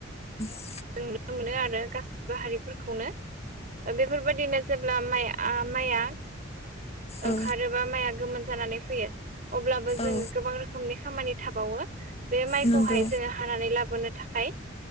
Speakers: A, on the left; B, on the right.
A: औ
B: नुनो मोनो आरो गासिबो हारिफोरखौनो बेफोरबायदिनो <inaudible> जेब्ला माइ माइया ओंखारोबा
A: औ
B: माइया गोमोन जानानै फैयो अब्लाबो जों
A: औ
B: गोबां रोखोमनि खामानि थाबावो बे माइखौहाय
A: नंगौ
B: जोङो हानानै लाबोनो थाखाय